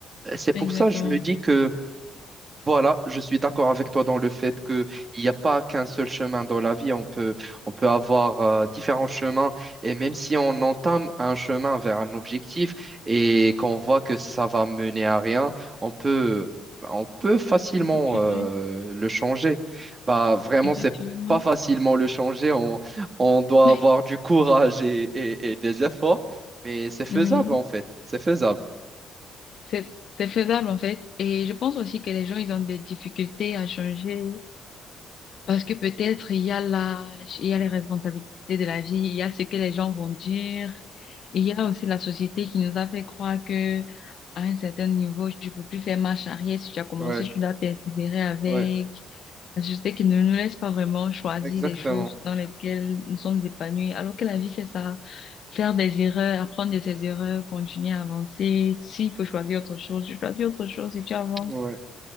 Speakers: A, on the right; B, on the left.
A: C'est
B: exactement.
A: pour ça que je me dis que voilà, je suis d'accord avec toi dans le fait que il n'y a pas qu'un seul chemin dans la vie. On peut, on peut avoir euh, différents chemins et même si on entame un chemin vers un objectif et qu'on voit que ça va mener à rien, on peut, on peut facilement
B: On peut changer,
A: euh, le changer. Bah vraiment,
B: effectivement.
A: c'est pas facilement le changer. On, on doit
B: <laughs>
A: avoir du courage et, et et des efforts, mais c'est faisable
B: Oui.
A: en fait. C'est faisable.
B: C'est, c'est faisable en fait. Et je pense aussi que les gens, ils ont des difficultés à changer parce que peut-être il y a l'âge, il y a les responsabilités de la vie, il y a ce que les gens vont dire. Et il y a aussi la société qui nous a fait croire que à un certain niveau, tu peux plus faire marche arrière. Si tu as commencé,
A: Ouais,
B: tu dois persévérer avec.
A: ouais,
B: La société qui ne nous laisse pas vraiment choisir
A: exactement.
B: des choses dans lesquelles nous sommes épanouis, alors que la vie, c'est ça. Faire des erreurs, apprendre de ses erreurs, continuer à avancer. S'il faut choisir autre chose, tu choisis autre chose et tu avances.
A: Ouais.